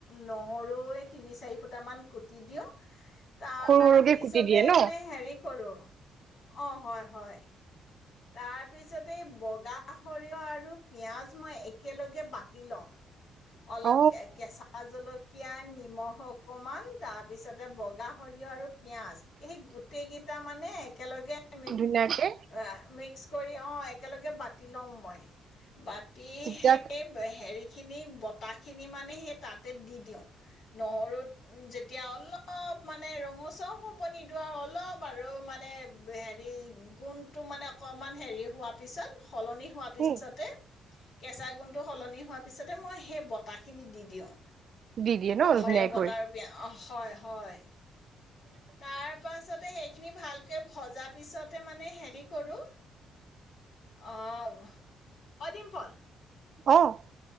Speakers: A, on the left (about 65°); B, on the right (about 55°).
A: নহৰুই তিনি-চাৰি ফুটামান কুটি দিওঁ। তাৰ
B: সৰু সৰুকে
A: পিছতে
B: কুটি দিয়ে ন
A: মানে হেৰি কৰোঁ অ' হয়-হয়। তাৰপিছতেই বগা সৰিয়হ আৰু পিয়াজ মই একেলগে বাতি লও। অলপ
B: অ
A: কে কেঁচা জলকীয়া নি নিমখ অকমান তাৰপিছতে ব গাহৰি আৰু পিয়াজ এই গোটেই কেইটা মানে একেলগে মি এ
B: ধুনীয়াকে
A: মিক্স কৰি অ' একেলগে বাতি লও মই, বাতি
B: তেতিয়া
A: সে হেৰি খিনি বতা খিনি মানে হে তাতে দি দিওঁ নহৰুত যেতিয়া অলপ মানে ৰঙচুৱাও হ'ব নিদিওঁ আৰু অলপ আৰু মানে হেৰি গোন্ধটো মানে অকণমান হেৰি হোৱাৰ পিছত সলনি হোৱাৰ পিছতে
B: উম
A: কেঁচা গুন্ধটো সলনি হোৱাৰ পিছতে মই সেই বতা খিনি দি দিওঁ।
B: দি দিয়ে ন
A: সৰিয়হ
B: ধুনীয়াকৈ
A: বতা বেয়া হয়-হয়। তাৰ পাছত সেইখিনি ভালকে ভজাৰ পিছতে মানে হেৰি কৰো অ', অ' ডিম্পল
B: অ'